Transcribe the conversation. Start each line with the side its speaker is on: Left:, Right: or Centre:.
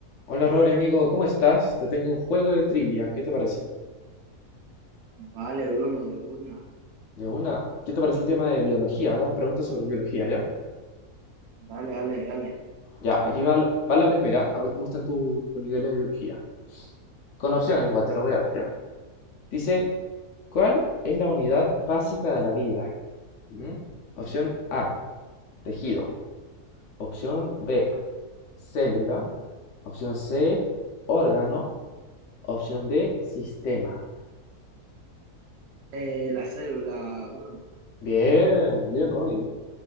Left: Hola Rory, amigo, ¿cómo estás? Te tengo un juego de trivia, ¿qué te parece?
Right: Vale, Bruno, de una.
Left: De una, ¿qué te parece el tema de biología? Hagamos preguntas sobre biología, ¿ya?
Right: Dale, dale, dale,
Left: Ya,
Right: seguro.
Left: aquí va, la- va la primera, a ver cómo están tu- tus niveles de biología. Con opciones igual, te lo voy a dar, ya. Dice, ¿cuál es la unidad básica de la vida? ¿Mm? Opción A, tejido. Opción B, célula. Opción C, órgano. Opción D, sistema.
Right: Eh, la célula, Bruno.
Left: Bien, bien, Ronnie.